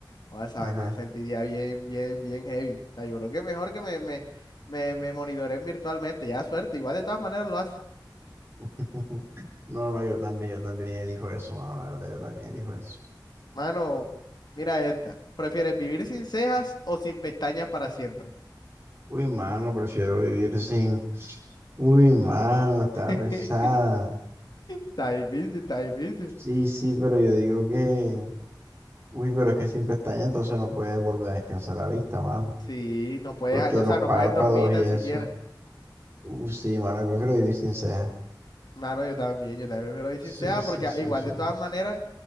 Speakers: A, on the left (about 60°); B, on the right (about 30°).
A: O esa
B: Ajá.
A: vaina me sentiría bien, bien, bien heavy. O sea, yo creo que mejor que me, me, me, me monitoreen virtualmente. Ya suerte, igual de todas maneras lo hace.
B: <laughs> No, no, yo también, yo también elijo eso, mano, la verdad, yo también elijo eso.
A: Mano, mira esta. ¿Prefieres vivir sin cejas o sin pestañas para siempre?
B: Uy, mano, prefiero vivir sin... Uy, mano, está
A: <laughs>
B: pesada.
A: Está difícil, está difícil.
B: Sí, sí, pero yo digo que... Uy, pero es que sin pestaña entonces no puedes volver a descansar la vista, mano.
A: Sí, no puedes,
B: Porque
A: no, o
B: los
A: sea, no
B: párpados
A: puedes dormir tan
B: y eso...
A: siquiera.
B: Uh, sí, mano, yo prefiero vivir sin cejas.
A: Mano, yo también, yo también prefiero ir sin
B: Sí,
A: cejas
B: sí,
A: porque ah,
B: sí,
A: igual
B: sí.
A: de todas maneras.